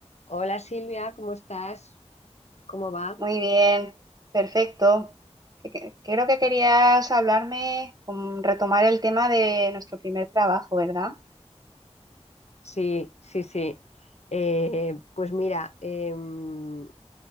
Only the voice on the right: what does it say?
Muy bien, perfecto. Que- que- Creo que querías hablarme, mm, retomar el tema de nuestro primer trabajo, ¿verdad?